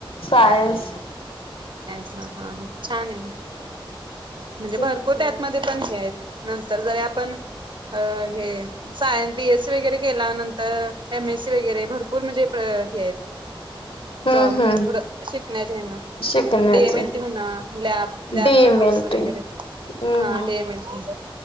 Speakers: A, on the left; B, on the right.
A: सायनस
B: ह हा हा छान आहे. म्हणजे
A: हम्म
B: भरपूर
A: हम्म
B: त्यातमध्ये पण हे आहेत. नंतर जरी आपण हे सायन् बीएससी वग केला नंतर एमएससी वगैरे भरपूर म्हणजे ह हे
A: हम्म
B: जॉब म्हणजे
A: हम्म
B: पुढं शिकण्याच्या ह्यानं
A: शिकण्याचे
B: डीएमएलटी म्हणा लॅब लॅबचा
A: डी एम
B: कोर्स
A: एल
B: वगैरे
A: टी हम्म
B: हा
A: हम्म
B: डीएमएलटी